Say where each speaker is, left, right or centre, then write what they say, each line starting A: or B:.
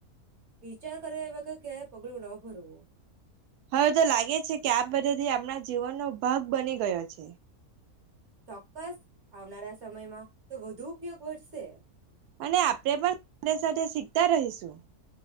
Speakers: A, on the right (about 50°); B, on the right (about 80°).
A: વિચાર કર્યા વગર ક્યાંય‌ પગલું ન ભરવું
B: હવે તો લાગે છે કે આ પધથીઆપણા જીવનનોો ભાગ બની ગયો છે.
A: ચોક્કસ આવનારા‌ સમ સમયમાં તો વધુ ઉપયોગ વધશે.
B: અને આપણે પણ સાથે સાથે શીખતા રહીશું.